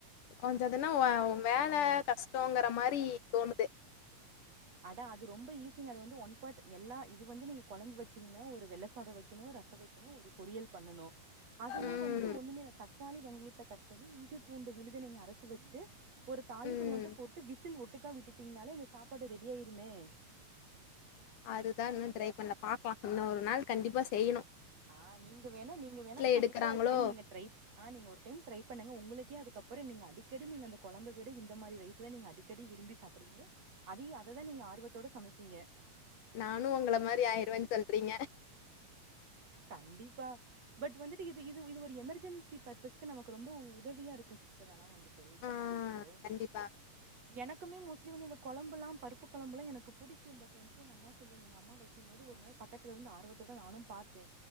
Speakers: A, on the left; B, on the right.
A: கொஞ்ச அதுன்னா வேல கஷ்டோங்கற மாரி தோணுது
B: அட அது ரொம்ப ஈசிங்க அது வந்து ஒன் பாட் எல்லா இது வந்து நீங்க கொழம்பு வச்சீங்ன்னா ஒரு வெள்ள சாதோ வெக்கணு ரச வெக் அப்பறோ ஒரு பொறியல் பண்ணணு அதுனா
A: ம்
B: வந்துட்டு ஒண்ணுமே இல்ல, தக்காளி வெங்கயத்த கட் பண்ணி இஞ்சி பூண்டு விழுத நீங்க அரச்சு வெச்சுட்டு ஒரு தாளிப்பு
A: ம்
B: மட்டு போட்டு விசில் ஒட்டுக்கா விட்டுட்டீங்னாலே இந்த சாப்பாடு ரெடி ஆயிருமே
A: அதுதன் இன்னம் ட்ரை பண்ணல பார்கலா இன்னொரு நாள் கண்டிப்பா செய்யணு
B: ஆஹ் நீங்க வேணா நீங்க வேணா கண்டிப்பா
A: எடுக்குறாங்களோ
B: ஒரு டைம் நீங்க ட்ரை ஆ நீங்க ஒரு டைம் ட்ரை பண்ணுங்க உங்களுக்கே அதுக்கப்புற நீங்க அடிக்கடி நீங்க அந்த குழம்ப விட இந்த மாரி ரைஸ்லாம் நீ அடிக்க கறி விரும்பி சாப்பிடுவீங்க அதையு அததா நீங்க ஆர்வத்தோட சமைப்பீங்க
A: நானு உங்கள மாரி ஆயிருவேன் சொல்றீங்க
B: கண்டிப்பா பட் வந்துட்டு இது இது இது ஒரு எமர்ஜென்சி பர் சிஸ்டர் நமக்கு ரொம்ப உதவியா இருக்கும் சிஸ்டர் ஆனா வந்துட்டு இந்த
A: ஆ
B: மாதிரி இது
A: கண்டிப்பா
B: உம் <unintelligible> எனக்குமே மோஸ்ட்லி வந்து இந்த குழம்புல்லாம் பருப்பு குழம்புல்லா எனக்கு பிடிக்கு பட் வந்துட்டு அம்மா சொல்லும் எங்க அம்மா வைக் இருக்கும்போது ஒரு நாள் பக்கத்தில இருந்து ஆர்வத்தோட நானு பார்த்தே